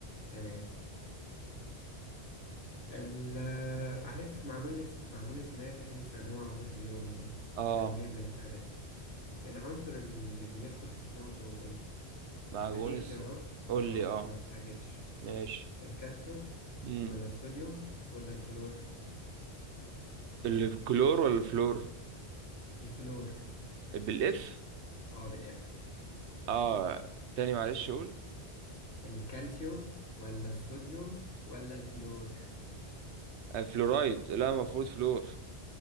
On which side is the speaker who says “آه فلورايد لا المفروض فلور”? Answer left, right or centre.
Right